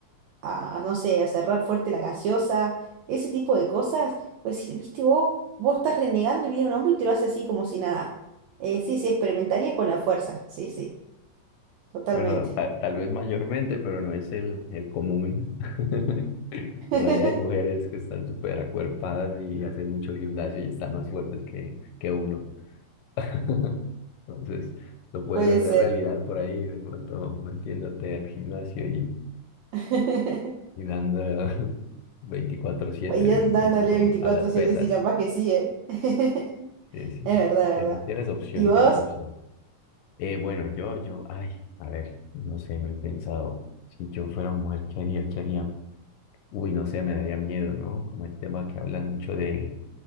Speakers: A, on the right; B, on the left.
A: a, no sé, a cerrar fuerte la gaseosa, ese tipo de cosas. Pues, sí, viste, vos, vos estás renegando y viene un hombre y te lo hace así como si nada. Eh, sí, sí, experimentaría con la fuerza. Sí, sí, totalmente.
B: Bueno, ta- tal vez mayormente, pero no es el, el común. <laughs>
A: <laughs>
B: Por ahí hay mujeres que están súper acuerpadas y hacen mucho gimnasio y están más fuertes que, que uno. <laughs> Entonces, lo puedes
A: Puede
B: hacer
A: ser.
B: realidad por ahí, de pronto metiéndote al gimnasio y,
A: <laughs>
B: y dando <laughs> veinticuatro siete
A: Y
B: el
A: dan-
B: ejercicio
A: dándole veinticuatro
B: a las pesas.
A: siete sí, capaz que sí, ¿eh? <laughs>
B: Sí, sí.
A: Es verdad,
B: Tienes,
A: es verdad.
B: tienes opción,
A: ¿Y vos?
B: tienes opción. Eh, bueno, yo, yo, ay, a ver, no sé, me he pensado. Si yo fuera mujer, ¿qué haría? ¿Qué haría? Uy, no sé, me daría miedo, ¿no? Como el tema que hablan mucho del,